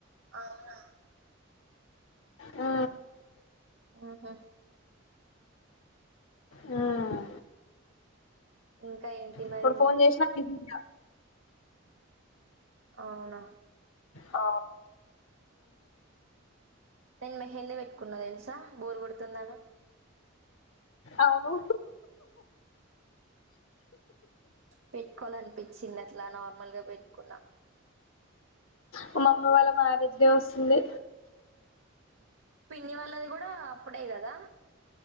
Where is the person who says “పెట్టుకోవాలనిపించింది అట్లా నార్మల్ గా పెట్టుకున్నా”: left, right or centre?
Right